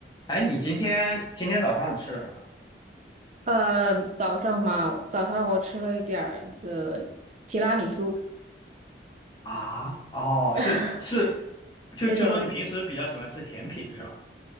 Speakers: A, on the left; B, on the right.
A: 哎，你今天今天早上你吃了什么？
B: 呃，早上嘛，早上我吃了一点儿那个提拉米苏，
A: 啊哦，
B: <laughs>
A: 是是，就就说你平时比较喜欢吃甜品是吗？
B: 那种，